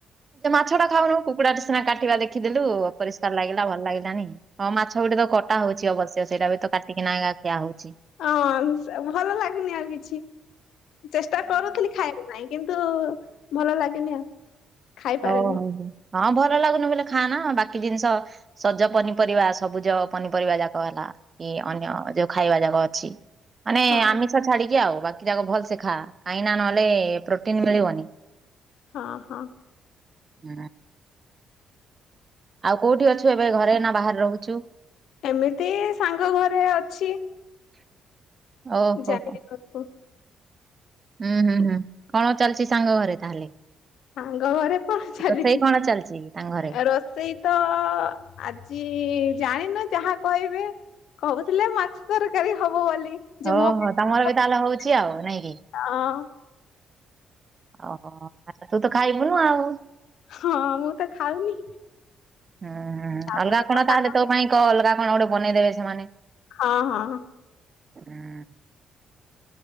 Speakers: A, on the right; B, on the left.
A: ମାଛ ଟା ଖାଉନୁ କୁକୁଡ଼ା ଟା ସିନା କାଟିବା ଦେଖିଦେଲୁ ଅପରିଷ୍କାର ଲାଗିଲା ଭଲ ଲାଗିଲାନି। ହଁ ମାଛ ଗୋଟେ ତ କଟା ହୋଉଛି ଅବ ଶ୍ୟ ସେଇଟା ବି ତ କାଟିକି ନା ଖିଆ ହୋଉଛି।
B: ହଁ ଭଲ ଲାଗୁନି ଆଉ କିଛି। ଚେଷ୍ଟା କରୁଥିଲି ଖାଇବା ପାଇଁ କିନ୍ତୁ ଭଲ ଲାଗେନି ଆଉ। ଖାଇପାରେନି
A: ଆଉ ହୋଉ ହୋଉ। ହଁ ଭଲ ଲାଗୁନି ବୋଲି ଖାଆନା ବାକି ଜିନିଷ ସଜ ପନିପରିବା ସବୁଜ ପନିପରିବା ଯାକ ହେଲା କି ଅନ୍ୟ ଯୋଉ ଖାଇବା ଯାକ ଅଛି ମାନେ
B: ହଁ।
A: ଆମିଷ ଛାଡିକି ଆଉ ବା କି ଯାକ ଭଲସେ ଖାଆ କାହିଁକିନା ନହେଲେ ପ୍ରୋଟିନ ମିଳିବନି।
B: ହଁ ହଁ।
A: ହୁଁ। ଆଉ କୋଉଠି ଅଛୁ ଏବେ ଘରେ ନା ବାହାରେ ରୋହୁଚୁ?
B: ଏମିତି ଏଇ ସାଙ୍ଗ ଘରେ ଅଛି।
A: <inaudible> ଓହୋ
B: ଯାଇନି
A: ହୋ
B: ଘରକୁ।
A: ହୁଁ ହୁଁ ହୁଁ କଣ ଚାଲିଚି ସାଙ୍ଗ ଘରେ ତାହେଲେ?
B: ସାଙ୍ଗ ଘରେ କଣ ଚାଲିଛି?
A: ରୋଷେଇ କଣ ଚାଲିଛି ତାଙ୍କ ଘରେ?
B: ରୋଷେଇ ତ ଆଜି ଜାଣିନୁ ଯାହା କହିବେ କହୁଥିଲେ ମାଛ ତରକାରୀ ହବ ବୋଲି ଯେ
A: ଓହୋ
B: ମୋ ପାଇଁ
A: ତମର
B: କଣ
A: ବି ତାହେଲେ ହଉଛି
B: <unintelligible>
A: ଆଉ ନାଇଁ
B: ଅଁ।
A: ଅହୋ ଆଚ୍ଛା ତୁ ତ ଖାଇବୁନୁ ଆଉ।
B: ହଁ ମୁଁ ତ ଖାଉନି
A: ହୁଁ
B: ତାପରେ
A: ଅଲଗା କଣ
B: ମୋ ସାଙ୍ଗ
A: ତାହେଲେ ତୋ ପାଇଁ କହ ଅଲଗା କଣ ଗୋଟେ ବନେଇଦେବେ ସେମାନେ।
B: ହଁ ହଁ ହଁ।
A: ହୁଁ।